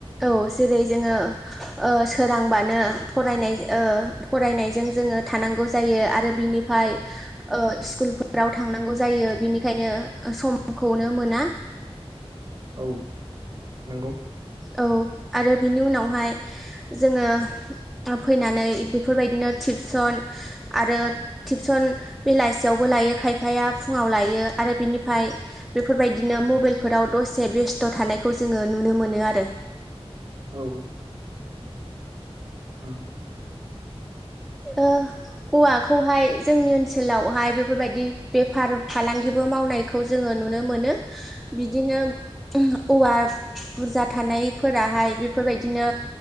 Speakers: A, in the centre; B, on the right.
A: औ जेरै जोङो ओ सोरांबानो फरायनाय ओ फरायनायजों जोङो थानांगौ जायो आरो बिनिफ्राय स्कुलफोराव थांनांगौ जायो बिनिखायनो समखौनो मोना।
B: औ नंगौ
A: औ आरो बिनि उनावहाय जोङो फैनानै बेफोरबायदिनो टिपसन आरो टिपसन बेलासियावबो लायो खायफाया फुङाव लायो। आ रो बेनिफ्राय बेफोरबायदिनो मबाइलफोराव दसे बेस्थ' थानायखौ जोङो नुनो मोनो आ रो।
B: औ हम
A: औवाखौहाय जोंनि ओनसोलावहाय बेफोरबायदि बेफार फालांगिबो मावनायखौ जोङो नुनो मोनो बिदिनो औवा बुरजा थानाय फोराहाय बेफोरबायदिनो